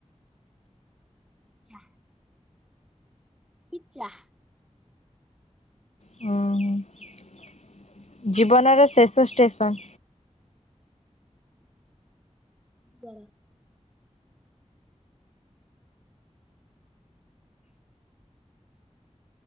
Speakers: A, in the centre; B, on the left.
A: ଆଚ୍ଛା। ଇଚା।
B: ହୁଁ ହୁଁ ଜୀବନର ଶେଷ ଷ୍ଟେସନ।
A: ବ।